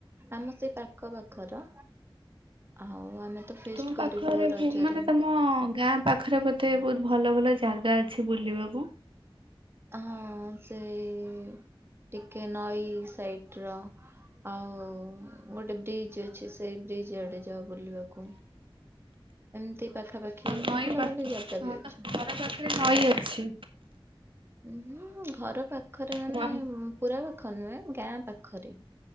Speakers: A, on the right; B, on the right.
A: ଆମ ସେଇ ପାଖ ପାଖର ଆଉ ଆମେ ତ ଫିଷ୍ଟ
B: ତୁମ
A: କରିବୁ
B: ପାଖରେ
A: ରଜରେ।
B: ମାନେ ତମ ଗାଁ ପାଖରେ ବୋଧେ ବହୁତ୍ ଭଲ-ଭଲ ଜାଗା ଅଛି ବୁଲିବାକୁ?
A: ହଁ, ସେଇ ଟିକେ ନଈ ସାଇଟ୍ ର ଆଉ ଗୋଟେ ବ୍ରିଜ୍ ଅଛି, ସେଇ ବ୍ରିଜ୍ ଆଡେ ଯାଉ ବୁଲିବାକୁ। ଏମ୍ତି ପାଖାପାଖି
B: ନଈ
A: ଭଲ-ଭଲ
B: ପାଖ
A: ଜାଗା
B: ହଁ
A: ବି ଅଛି।
B: ତମ ଘର ପାଖରେ ନଈ ଅଛି।
A: ଉଁ, ଘର ପାଖରେ ମାନେ
B: ନଈ
A: ପୁରା ପାଖ ନୁହେଁ ଗାଁ ପାଖରେ,